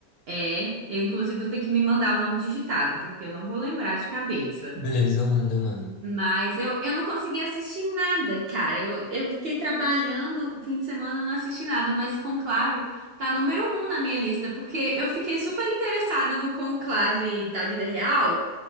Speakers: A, on the right (about 60°); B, on the left (about 85°).
A: É, eu inclusive você tem que me mandar o nome digitado, porque eu não vou lembrar de cabeça.
B: Beleza, eu mando, eu mando.
A: Mas eu, eu não consegui assistir nada, cara. Eu, eu fiquei trabalhando o fim de semana, eu não assisti nada, mas Conclave tá número um na minha lista, porque eu fiquei super interessada no Conclave da vida real.